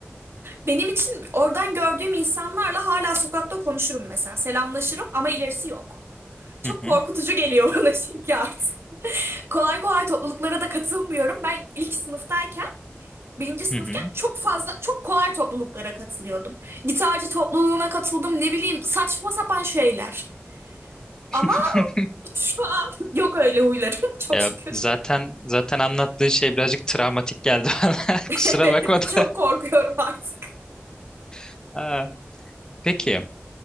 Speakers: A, on the right; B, on the left.
A: Benim için oradan gördüğüm insanlarla hala sokakta konuşurum mesela. Selamlaşırım ama ilerisi yok. Çok
B: Hı hı.
A: korkutucu geliyor <laughs> bana çünkü artık. Kolay kolay topluluklara da katılmıyorum. Ben ilk sınıftayken birinci sınıfken
B: Hı hı.
A: çok fazla çok kolay topluluklara katılıyordum. Gitarcı topluluğuna katıldım ne bileyim saçma sapan şeyler.
B: <laughs>
A: Ama şu an <laughs> yok öyle huylarım <laughs> çok
B: Ya
A: şükür.
B: zaten
A: <laughs>
B: zaten anlattığı şey birazcık travmatik geldi <laughs> bana. Kusura
A: Evet
B: bakma da.
A: çok korkuyorum artık.
B: <laughs> Aa, Peki,